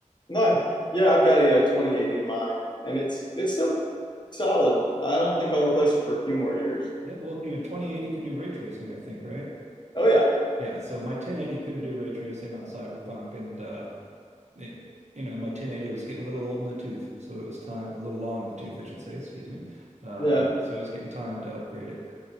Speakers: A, on the left (about 35°); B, on the right (about 60°).
A: Nice. Yeah, I've got a, uh 2080 in mine, and it's it's still solid. I don't think I'll replace it for a few more years.
B: Yeah, well, you know, 2080 can do ray tracing, I think, right?
A: Oh yeah,
B: Yeah, so my 1080 couldn't do ray tracing on Cyberpunk, and uh, eh, you know my 1080 was getting a little old in the tooth, so it was time a little long in the tooth, I should say. Excuse me. Uh,
A: yeah.
B: so it was getting time to upgrade it.